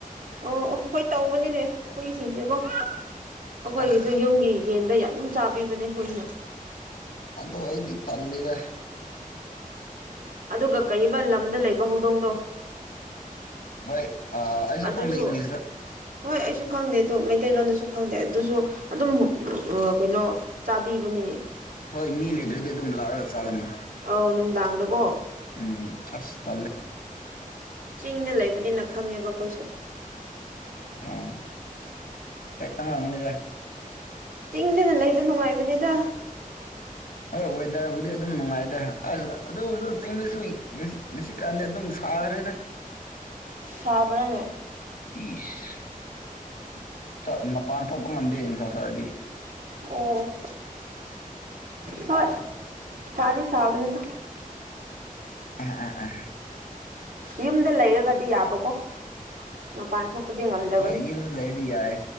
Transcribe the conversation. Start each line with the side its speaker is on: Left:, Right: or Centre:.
Right: ꯑꯣ ꯑꯣ ꯍꯣꯏ ꯇꯧꯕꯅꯤꯅꯦ ꯍꯨꯏꯁꯤꯡꯁꯦꯀꯣ ꯑꯩꯈꯣꯏꯒꯤꯁꯨ
Left: ꯑꯁ
Right: ꯌꯨꯝꯒꯤ ꯌꯦꯟꯗ ꯑꯗꯨꯝ ꯆꯥꯕꯤꯕꯅꯦ ꯍꯨꯏꯅ
Left: ꯑꯗꯣ ꯑꯩꯗꯤ ꯇꯜꯂꯤꯗꯥ
Right: ꯑꯗꯨꯒ ꯀꯩꯕ ꯂꯝꯗ ꯂꯩꯕ ꯍꯧꯗꯣꯡꯗꯣ
Left: ꯕꯩ ꯑꯩꯁꯨ
Right: ꯑꯗꯨꯁꯨ
Left: ꯈꯪꯗꯦ ꯏꯪꯂꯤꯁꯇ
Right: ꯍꯣꯏ ꯑꯩꯁꯨ ꯈꯪꯗꯦ ꯑꯗꯨ ꯃꯩꯇꯩꯂꯣꯟꯗꯁꯨ ꯈꯪꯗꯦ ꯑꯗꯨꯁꯨ ꯑꯗꯨꯝ ꯑꯥ ꯀꯩꯅꯣ ꯆꯥꯕꯤꯕꯅꯤꯅꯦ
Left: ꯍꯣꯏ ꯃꯤ ꯂꯩꯗ꯭ꯔꯗꯤ ꯑꯗꯨꯝ ꯂꯥꯛꯔꯒ ꯆꯥꯒꯅꯤ
Right: ꯑꯧ ꯅꯨꯡꯗꯥꯡꯗꯀꯣ
Left: ꯎꯝ ꯑꯁ ꯇꯜꯂꯦ
Right: ꯆꯤꯡꯗ ꯂꯩꯕꯅꯤꯅ ꯈꯪꯉꯦꯕ ꯑꯩꯈꯣꯏꯁꯨ
Left: ꯎꯝ ꯑꯩ ꯑꯉꯥꯡꯅꯤꯗ
Right: ꯆꯤꯡꯗꯅ ꯂꯩꯕ ꯅꯨꯡꯉꯥꯏꯕꯅꯤꯗ
Left: ꯑ ꯋꯦꯗꯔꯕꯨꯗꯤ ꯑꯗꯨꯝ ꯅꯨꯡꯉꯥꯏꯗꯦ ꯑꯁ ꯑꯗꯨ ꯆꯤꯡꯗꯁꯨꯏ ꯉꯁꯤ ꯉꯁꯤꯀꯥꯟꯗꯤ ꯑꯗꯨꯝ ꯁꯥꯈ꯭ꯔꯦꯗ
Right: ꯁꯥꯥꯕꯔꯅꯦ
Left: ꯌꯦꯁ ꯃꯄꯥꯟ ꯊꯣꯛꯄ ꯉꯝꯗꯦ ꯅꯨꯡꯁꯥ ꯁꯥꯔꯗꯤ
Right: ꯑꯣ ꯍ ꯁꯗꯤ ꯁꯥꯥꯕꯅꯤꯗ
Left: ꯑ ꯑꯥ ꯑꯥ
Right: ꯌꯨꯝꯗ ꯂꯩꯔꯒꯗꯤ ꯌꯥꯕꯀꯣ ꯃꯄꯥꯟ ꯊꯣꯛꯄꯗꯤ ꯉꯝꯗꯕꯅꯤ
Left: ꯍꯣꯏ ꯏ ꯂꯩꯔꯤ ꯌꯥꯏ